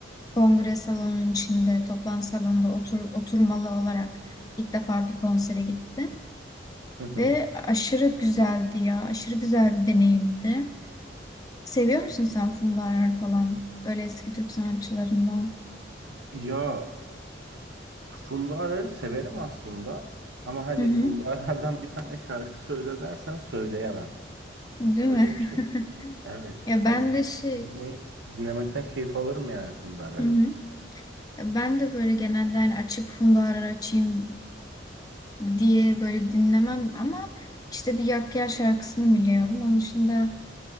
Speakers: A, on the left (about 20°); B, on the right (about 70°).
A: kongre salonunun içinde, toplantı salonunda otur, oturmalı olarak ilk defa bir konsere gittim.
B: Hı hı.
A: Ve aşırı güzeldi ya. Aşırı güzel bir deneyimdi. Seviyor musun sen Funda Arar falan? Öyle eski Türk sanatçılarından.
B: Ya e, Funda Arar'ı severim aslında ama hani
A: Hı hı.
B: Funda Arar'dan bir tane şarkı söyle dersen söyleyemem.
A: Değil
B: Öyle
A: mi?
B: bir şey.
A: <laughs>
B: Evet.
A: Ya
B: Hani
A: ben de şey,
B: dinlemeyi, dinlemekten keyif alırım yani Funda Arar'ı.
A: hı hı. Ya Ben de böyle genelde hani açıp Funda Arar açayım diye böyle dinlemem ama işte bir Yak Gel şarkısını biliyorum. Onun dışında